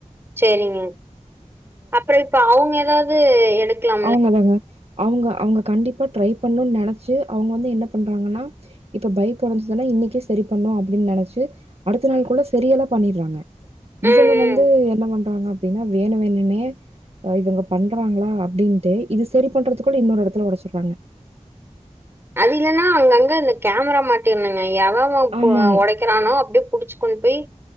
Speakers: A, on the right; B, on the right.
A: செரிங்க அப்புற இப்ப அவுங்க ஏதாவது எடுக்கலா
B: அவுங்க தாங்க அவுங்க அவுங்க கண்டிப்பா ட்ரை பண்ணணு நினைச்சி அவுங்க வந்து என்ன பண்றாங்கன்னா இப்ப பைக் ஒடைஞ்சதானா இன்னிக்கே சரி பண்ணோ அப்டின் நினைச்சி அடுத்த நாள் கூட சரியெல்லா பண்ணிற்றாங்க
A: ம்,
B: இவங்க
A: ம்.
B: வந்து என்ன பண்றாங்க அப்டின்னா வேணு வேணுனே இவங்க பண்றாங்களா அப்டின் டு இது சரி பண்றதுக்குள்ள இன்னொரு இடத்துல உடைச்சிறாங்க
A: அது இல்லன்னா அங்கங்க இந்த கேமரா மாட்டின்னுங்க எவ எவ ஒ
B: ஆமாங்க
A: ஒடைக்கிறானோ அப்டியே புடிச்சி கொண் போய்